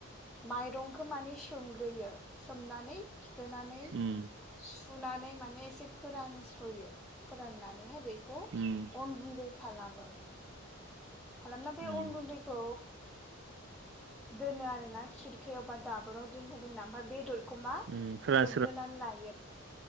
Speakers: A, in the centre; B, on the right.
A: माइरंखौ माने सोमग्रोयो सोमनानै थिखोनानै सु
B: उम
A: सुनानै माने एसे फोरानस्र'यो फोराननानैहाय बेखौ
B: उम
A: अन गुन्दै खालामो खालामना बे
B: उम
A: अन गुन्दैखौ दोनो आरोना खिरखायाव बा दाबोराव दोनबाय दोनना ओमफ्राय बेदर बेखो मा
B: उम फोरान
A: एवग्रोनानै लायो।